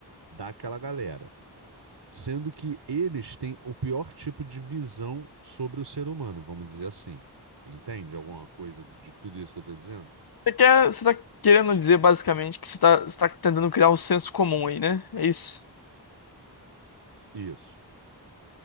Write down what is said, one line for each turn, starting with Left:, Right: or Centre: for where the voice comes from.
Right: daquela galera. Sendo que eles têm o pior tipo de visão sobre o ser humano, vamos dizer assim. Entende alguma coisa de tudo isso que eu estou dizendo?
Left: Você quer, você tá querendo dizer basicamente que você tá, você tá tentando criar um senso comum aí, né? É isso.
Right: Isso.